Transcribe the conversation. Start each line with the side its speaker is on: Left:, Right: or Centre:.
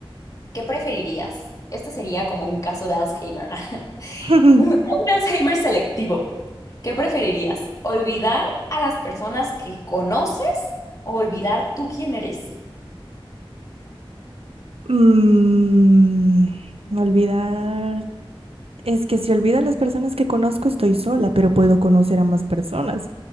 Left: ¿Qué preferirías? Este sería como un caso de Alzheimer, <laughs>
Right: <laughs>
Left: un, un Alzheimer selectivo. ¿Qué preferirías? ¿Olvidar a las personas que conoces o olvidar tú quién eres?
Right: Mm, olvidar. Es que si olvido a las personas que conozco, estoy sola, pero puedo conocer a más personas.